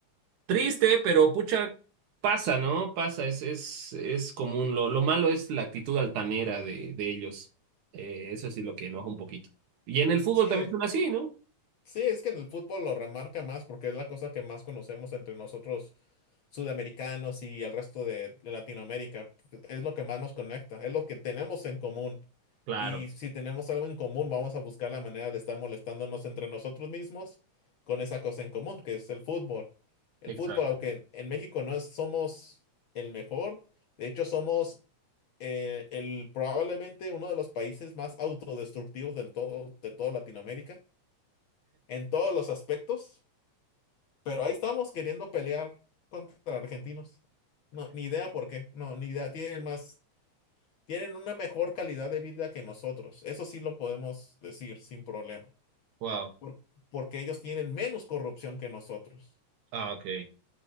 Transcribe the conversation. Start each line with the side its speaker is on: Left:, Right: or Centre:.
Right: triste, pero pucha, pasa, ¿no? Pasa, es, es, es común. Lo, lo malo es la actitud altanera de, de ellos. Eh, eso sí lo que enoja un poquito. Y en el fútbol
Left: Sí,
Right: también son así, ¿no?
Left: Sí, es que en el fútbol lo remarca más porque es la cosa que más conocemos entre nosotros sudamericanos y el resto de de Latinoamérica. Es lo que más nos conecta, es lo que tenemos en común.
Right: Claro,
Left: Y si tenemos algo en común, vamos a buscar la manera de estar molestándonos entre nosotros mismos con esa cosa en común, que es el fútbol. El
Right: exacto.
Left: fútbol, aunque en en México no es- somos el mejor, de hecho somos eh, el, probablemente uno de los países más autodestructivos del todo, de toda Latinoamérica en todos los aspectos, pero ahí estamos queriendo pelear contra argentinos. No, ni idea por qué, no, ni idea, tienen más, tienen una mejor calidad de vida que nosotros, eso sí lo podemos decir sin problema,
Right: Wow.
Left: por- porque ellos tienen menos corrupción que nosotros.
Right: Ah, ok.